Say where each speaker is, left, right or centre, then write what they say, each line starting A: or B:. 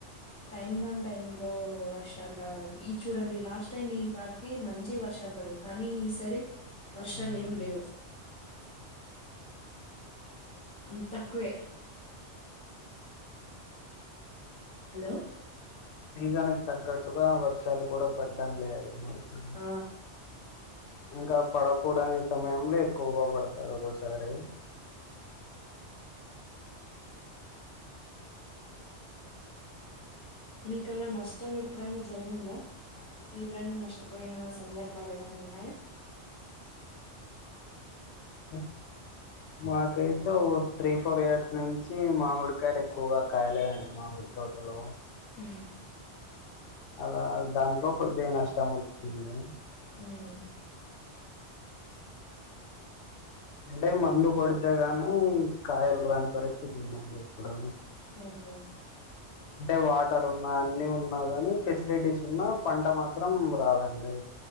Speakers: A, in the centre; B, on the left.
A: టైం గాని టైంలో వర్షాల్ రావడం ఈ చూడండి లాస్ట్ టైం ఈ ఇపాటికి మంచి వర్షాల్ పడేవి కానీ ఈసారి వర్షాలేం
B: అవునండి.
A: లేవ్ అం తక్కువే హలో
B: సీజన్క్ తగ్గట్టుగా వర్షాలు కూడా పడ్డం లేదు <unintelligible>
A: ఆ
B: ఇంకా పడకూడని సమయంలో ఎక్కువగా పడ్తది ఒకోసారి
A: మీకలా నష్టం ఎప్పుడైనా జరిగిందా అ తీవ్రంగా నష్టపోయిన సందర్భాలు ఏమన ఉన్నాయా
B: <inaudible> మాకైతే ఓ త్రీ ఫోర్ ఇయర్స్ నుంచి మామిడికాయలు ఎక్కువగా కాయలేదండి మామిడ్ తోటలో
A: ఉమ్
B: అలా దాంట్లో కొద్దిగా నష్టం ఒచ్చింది
A: ఉమ్
B: అంటే మందు కొడితేగాని కాయలు రాని పరిస్థితి ఉందండి ఇప్పుడు
A: హ్మ్ హు
B: అంటే వాటర్ ఉన్నా అన్ని ఉన్నా గాని ఫెస్లిటీస్ ఉన్నా పంట మాత్రం రాదండి